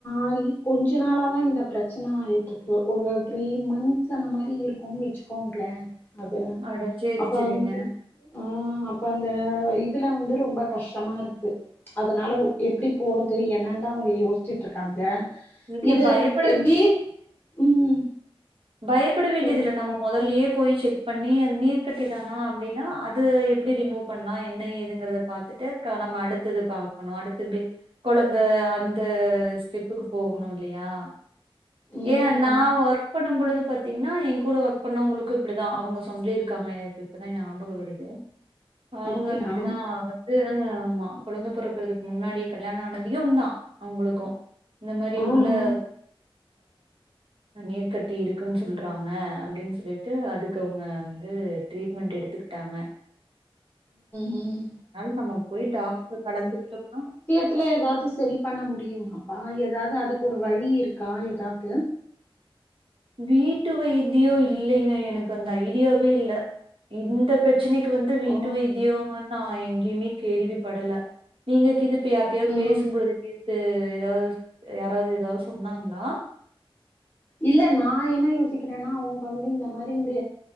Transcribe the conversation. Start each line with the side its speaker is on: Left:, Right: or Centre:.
Left: ஆகி கொஞ்ச நாளா தா இந்த பிரச்சன ஆயிட்டுருக் கு ஒரு த்ரீ மந்த்ஸ் அந்த மாரி இருக்கும் வச்சுக்கோங்ளே அது
Right: அட சேரி
Left: அப்ப
Right: சேரிங்க
Left: வந்து ஆ அப்ப அந்த இதுல வந்து ரொம்ப கஷ்டமா இருக்கு அதனாலஒ எப்படி போறது என்னான் தா அவுங்க யோசிச்சுட்ருக்காங்க
Right: இல்ல
Left: இது
Right: பயப்பட
Left: வ் வீ ம்
Right: பயப்பட வேண்டியதில்ல
Left: சொல்லுங்க
Right: நம்ம மொதல்லயே போய் செக் பண்ணி அது நீர்கட்டி தானா அப்டினா அது எப்டி ரிமூ பண்லா என்ன ஏதுங்கிறத பாத்துட்டு க நம்ம அடுத்தது பாக்கணு அடுத்த <unintelligible> கொழந்த அந்த ஸ்டெப்புக் போகணு இல்லயா
Left: ம்
Right: ஏ நா ஒர் பொழுது பாத்தீங்னா என் கூட ஒர்க் பண்ணவங்களுக்கு இப்டிதா அவுங்க சொல்லிருக்காங்க எனக்கு இப்பதா ஞாபக வருது அவுங்க
Left: அப்டியா
Right: அப்டிதா வந்து அ ஆமா கொழந்த பொறக்கறதுக்கு முன்னாடி கல்யாண ஆனதியும் தா அவுங்களுக்கு இந்த மாரி
Left: ம்
Right: உள்ள <inaudible>
Left: ம்
Right: நீர்க் கட்டி இருக்குன் சொல்றாங்க அப்டின் சொல்லிட்டு அதுக்கு அவுங்க வந்து ட்ரீட்மெண்ட் எடுத்துக்கிட்டாங்க
Left: ம்
Right: அன் நம்ம போய் டாக்டர கலந்துக்ட்டோம்னா
Left: த்துல எதாது சரி பண்ண முடியுமாப்பா எதாது அதுக்கு ஒரு வழி இருக்கா எதாவ்து
Right: வீட்டு வைத்தியோ இல்லங்க எனக்கு அந்த ஐடியாவே இல்ல இந்த பிரச்சனைக் கு வந்து வீட்டு
Left: ஓ
Right: வைத்தியோ நா எங்கேயுமே கேள்வி படல நீங்க கிது இப்ப யார்ட்டயாது
Left: ம்
Right: பேசும் போது கேட்டு எதாவ் யாராவது எதாவது சொன்னாங்ளா
Left: இல்ல நா என்ன யோசிக்கிறேன்னா அவுங்கவுங்க இந்த மாரி இந்த